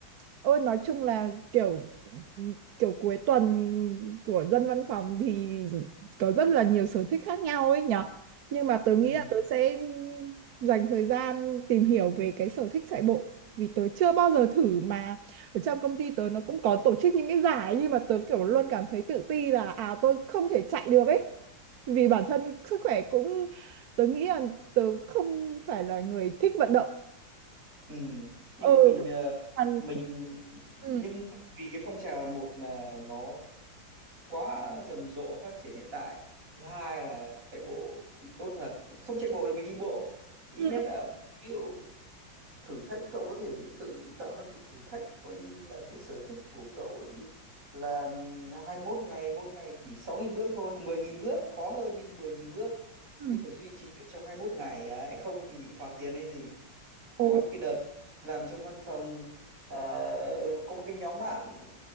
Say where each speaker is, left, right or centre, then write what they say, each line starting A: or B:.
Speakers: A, on the right (about 60°); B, on the right (about 45°).
A: Ôi nói chung là kiểu kiểu cuối tuần của dân văn phòng thì có rất là nhiều sở thích khác nhau ấy nhở. Nhưng mà tớ nghĩ
B: ừ.
A: là tớ sẽ dành thời gian tìm hiểu về cái sở thích chạy bộ vì tớ chưa bao giờ thử mà ở trong công ty tớ nó cũng có tổ chức những cái giải nhưng mà tớ kiểu luôn cảm thấy tự ti là à tôi không thể chạy được ấy. Vì bản thân sức khỏe cũng tớ nghĩ là tớ không phải là người thích vận động.
B: Ừ, nhưng
A: Ừ.
B: mình ờ,
A: còn-
B: mình mình- nhưng
A: Ừ.
B: vì cái phong trào là một là nó quá rầm rộ phát triển hiện tại thứ hai là chạy bộ tốt thật không chạy bộ được mình đi bộ ít
A: Ừ.
B: nhất là ví dụ thử thách cậu có thể tự tạo ra một cái thử thách coi như là cái sở thích của cậu đi là ừm, 21 ngày mỗi ngày chỉ 6.000 bước thôi hoặc 10.000 bước khó hơn đi 10.000 bước
A: Ừ.
B: nhưng phải duy trì được trong 21 ngày ấy, không thì bị phạt tiền hay gì có
A: Ồ,
B: những cái đợt làm trong văn phòng ờ, có một cái nhóm bạn